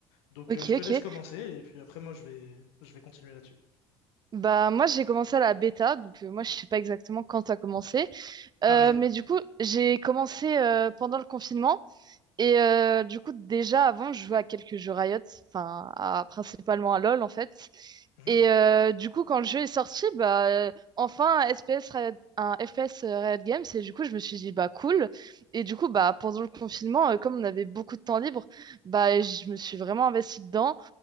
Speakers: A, on the left; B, on the right.
A: Donc
B: Ok,
A: euh, je
B: ok.
A: te laisse commencer et puis après moi je vais je vais continuer là-dessus.
B: Bah moi j'ai commencé à la bêta, donc euh, moi je sais pas exactement quand t'as commencé. Euh,
A: Pareil.
B: mais du coup j'ai commencé euh, pendant le confinement Et euh, du coup, déjà avant, je jouais à quelques jeux Riot, enfin, à- principalement à LoL en fait.
A: Mhm,
B: Et euh, du coup, quand le jeu est sorti, bah, euh, enfin, un SPS Riot- un FPS Riot Games, et du coup, je me suis dit, bah cool. Et du coup, bah, pendant le confinement, euh, comme on avait beaucoup de temps libre, bah, je me suis vraiment investie dedans.